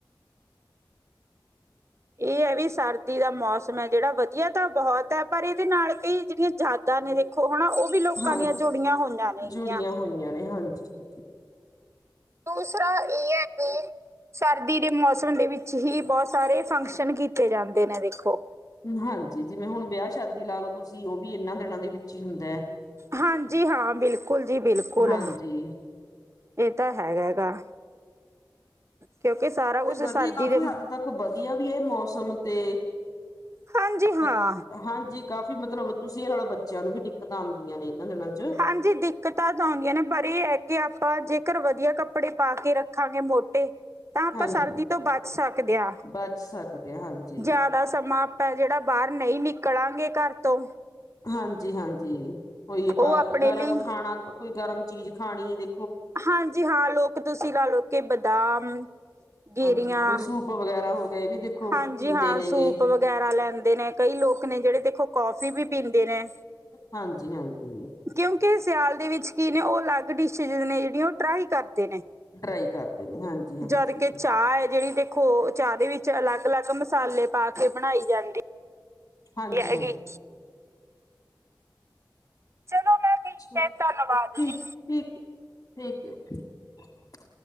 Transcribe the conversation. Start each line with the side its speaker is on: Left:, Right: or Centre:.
Left: <inaudible>
Right: ਇਹ ਐ ਵੀ ਸਰਦੀ ਦਾ ਮੌਸਮ ਹੈ ਜਿਹੜਾ ਵਧੀਆ ਤਾਂ ਬਹੁਤ ਹੈ ਪਰ ਇਹਦੇ ਨਾਲ ਕਈ ਜਿਹੜੀਆਂ ਯਾਦਾਂ ਨੇ ਦੇਖੋ ਹੁਣ ਉਹ ਵੀ ਲੋਕਾਂ
Left: ਹਾਂ
Right: ਦੀਆਂ ਜੁੜੀਆਂ ਹੋਈਆਂ ਨੇਗੀਆਂ।
Left: ਜੁੜੀਆਂ ਹੋਈਆਂ ਨੇ ਹਾਂਜੀ
Right: ਦੂਸਰਾ ਇਹ ਆ ਕਿ ਸਰਦੀ ਦੇ ਮੌਸਮ ਦੇ ਵਿੱਚ ਹੀ ਬਹੁਤ ਸਾਰੇ ਫੰਕਸ਼ਨ ਕੀਤੇ ਜਾਂਦੇ ਨੇ ਦੇਖੋ।
Left: ਹਾਂਜੀ ਜਿਵੇਂ ਹੁਣ ਵਿਆਹ ਸ਼ਾਦੀ ਲਾ ਲਓ ਤੁਸੀਂ ਉਹ ਵੀ ਇਹਨਾਂ ਦਿਨਾਂ ਦੇ ਵਿੱਚ ਹੀ ਹੁੰਦੇ।
Right: ਹਾਂਜੀ ਹਾਂ ਬਿਲਕੁਲ ਜੀ ਬਿਲਕੁਲ,
Left: ਹਾਂਜੀ
Right: ਇਹ ਤਾਂ ਹੈਗਾ ਗਾ। ਕਿਉਂਕਿ ਸਾਰਾ ਕੁਛ
Left: ਵਧੀਆ
Right: ਸਰਦੀ
Left: ਕਾਫ਼ੀ
Right: ਦੇ
Left: ਹੱਦ ਤੱਕ ਵਧੀਆ ਵੀ ਏ ਮੌਸਮ ਤੇ
Right: ਹਾਂਜੀ ਹਾਂ
Left: ਬ ਹਾਂਜੀ ਕਾਫ਼ੀ ਮਤਲਬ ਤੁਸੀਂ ਇਹ ਲਾ ਲੋ ਬੱਚਿਆਂ ਨੂੰ ਵੀ ਦਿੱਕਤਾਂ ਆਂਦੀਆ ਨੇ। ਇਹਨਾਂ ਦਿਨਾਂ ਚ
Right: ਹਾਂਜੀ ਦਿੱਕਤਾਂ ਤਾਂ ਆਉਂਦੀਆਂ ਨੇ ਪਰ ਇਹ ਹੈ ਕਿ ਆਪਾਂ ਜੇਕਰ ਵਧੀਆ ਕੱਪੜੇ ਪਾ ਕੇ ਰੱਖ ਰੱਖਾਂਗੇ ਮੋਟੇ, ਤਾਂ ਆਪਾਂ
Left: ਹਾਂਜੀ
Right: ਸਰਦੀ ਤੋਂ ਬਚ ਸਕਦੇ ਆ।
Left: ਬਚ ਸਕਦੇ ਆ ਹਾਂਜੀ
Right: ਜ਼ਿਆਦਾ ਸਮਾਂ ਆਪਾਂ ਜਿਹੜਾ ਬਾਹਰ ਨਹੀਂ ਨਿਕਲਾਂਗੇ ਘਰ ਤੋਂ।
Left: ਹਾਂਜੀ-ਹਾਂਜੀ ਕੋਈ ਆਪਾਂ
Right: ਉਹ ਆਪਣੇ
Left: ਗਰਮ
Right: ਲਈ
Left: ਖਾਣਾ ਕੋਈ ਗਰਮ ਚੀਜ਼ ਖਾਣੀ ਦੇ
Right: ਹਾਂਜੀ ਹਾਂ ਲੋਕ ਤੁਸੀਂ ਲਾ ਲੋ ਕਿ ਬਦਾਮ ਗਿਰੀਆਂ
Left: ਹਾਂਜੀ ਕੋਈ ਸੂਪ ਵਗੈਰਾ ਹੋ ਗਿਆ ਇਹ ਵੀ ਦੇਖੋ
Right: ਹਾਂਜੀ
Left: ਪੀਂਦੇ
Right: ਹਾਂ
Left: ਨੇ
Right: ਸੂਪ
Left: ਗੇ
Right: ਵਗੈਰਾ ਲੈਂਦੇ ਨੇ ਕਈ ਲੋਕ ਨੇ ਜਿਹੜੇ ਦੇਖੋ ਕੌਫੀ ਵੀ ਪੀਂਦੇ ਨੇ
Left: ਹਾਂਜੀ ਹਾਂਜੀ
Right: ਕਿਉਂਕਿ ਸਿਆਲ ਦੇ ਵਿੱਚ ਕੀ ਨੇ ਉਹ ਅਲੱਗ ਡਿਸ਼ਜ ਨੇ ਜਿਹੜੀਆਂ ਉਹ ਟਰਾਈ ਕਰ ਨੇ
Left: ਡਰਾਈ ਕਰਦੇ ਨੇ ਹਾਂਜੀ ਹਾਂਜੀ
Right: ਜਦ ਕਿ ਚਾਹ ਹੈ ਜਿਹੜੀ ਦੇਖੋ ਚਾਹ ਦੇ ਵਿੱਚ ਅਲੱਗ ਅਲੱਗ ਮਸਾਲੇ ਪਾ ਕੇ ਬਣਾਈ ਜਾਂਦੀ
Left: ਹਾਂਜੀ
Right: ਹੈਗੀ
Left: ਹਾਂਜੀ
Right: ਚਲੋ ਮੈਂ ਠੀਕ
Left: ਆਸ਼ਾ
Right: ਹੈ ਧੰਨਵਾਦ
Left: ਠੀਕ
Right: ਜੀ।
Left: ਠੀਕ ਠੀਕ